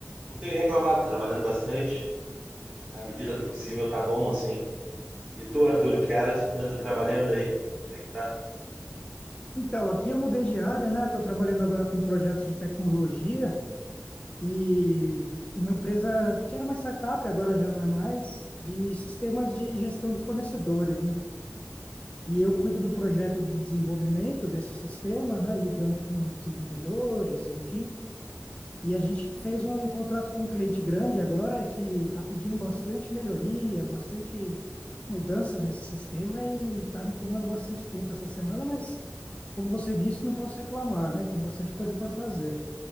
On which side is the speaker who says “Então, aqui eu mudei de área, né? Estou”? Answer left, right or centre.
Left